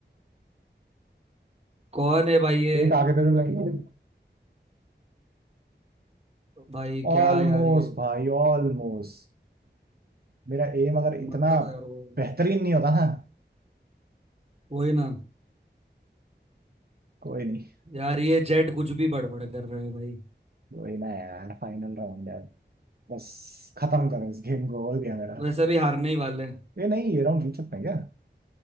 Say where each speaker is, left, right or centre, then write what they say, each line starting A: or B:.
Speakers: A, on the right; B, on the right.
A: कौन है भाई ये
B: है। एक आगे पे भी लगी है।
A: भाई क्या
B: ऑलमोस्ट
A: यार ये
B: भाई ऑलमोस्ट मेरा एम अगर इतना
A: मरता था यार वो
B: बेहतरीन नहीं होता ना
A: वही ना
B: कोई नहीं
A: यार ये जेट कुछ भी बड़बड़ कर रहे हैं भाई
B: कोई ना यार फाइनल राउंड यार बस खत्म करो इस गेम को हो गया मेरा
A: वैसे भी हारने ही वाले हैं
B: ये नहीं ये राउंड जीत सकते हैं क्या